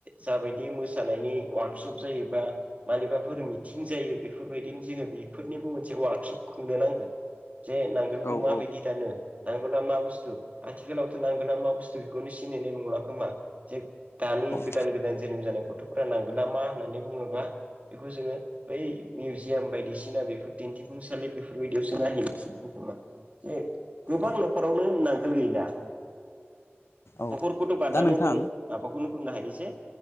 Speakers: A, on the right; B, on the left.
A: जाबायदि मोसानायनि वार्कशप जायो बा मानिबाफोर मिथिं जायो बेफोरबायदिनो जोङो बेफोरनिबो मोनसे वार्कशप खुंनो नांगोन। जे नांगोलखौ
B: औ
A: माबायदि
B: औ
A: दानो, नांगोला मा बुस्थु आथिखालावथ' नांगोला मा बुस्थु बेखौनो सिनायनाय नङ खोमा जे दानि
B: औ
A: गोदान गोदान जोनोम जानाय गथ'फोरा नांगोला मा होननानै बुङोबा बेखौ जोङो बै मिउजियाम बायदिसिना बेफोर दिन्थिफुंसालि बेफोरबायदियावसो नायहैनो जे गोबां
B: औ
A: न'खरावनो नांगोल गैला।
B: औ
A: न'खरखौथ' बारदानो
B: दा नोंथां
A: दोन माबाखौनो बुंनो हायो जे